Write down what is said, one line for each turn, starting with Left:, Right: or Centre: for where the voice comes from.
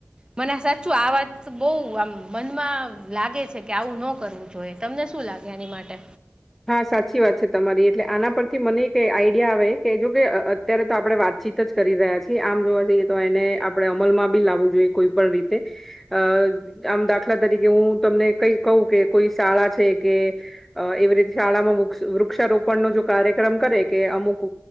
Right: મને સાચું આ વાત બઉ આમ મનમાં લાગે છે કે આવું ન કરવું જોઈએ તમને શું લાગે એની માટે.
Centre: હા સાચી વાત છે, તમારી એટલે આના પરથી મને એક આઈડિયા આવે કે જો કે અત્યારે તો આપણે વાતચીત જ કરી રહ્યા છીએ આમ જોવા જઈએ તો એને આપણે અમલમાં બી લાવવું જોઈએ કોઈ પણ રીતે. અ આમ દાખલા તરીકે હું તમને કઈ કહું કે કોઈ શાળા છે, કે અ <unintelligible> શાળામાં વૃક્ષ વૃક્ષારોપણ નો જો કાર્યક્રમ કરે કે અમુક